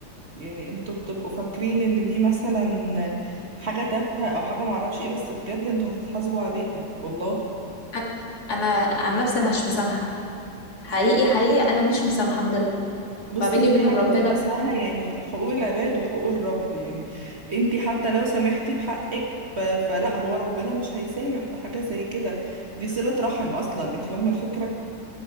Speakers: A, on the right; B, on the left.
A: يعني انتوا بتبقوا فاكرين ان دي مثلا حاجة تافهة او حاجة معرفش ايه بس بجد انتوا هتتحاسبوا عليها والله
B: انا انا عن نفسي انا مش مسامحه حقيقي حقيقي انا مش مسامحه بجد
A: بصي
B: ما بيني
A: في
B: وبينهم
A: حاجة
B: ربنا
A: بتبقى اسمها يعني حقوق العباد وحقوق الرب يعني انتي حتى لو سامحتي في حقك ف... فلا هو ربنا مش هيسامح في حاجة زي كده دي صلة رحم اصلا انتي فاهمة الفكرة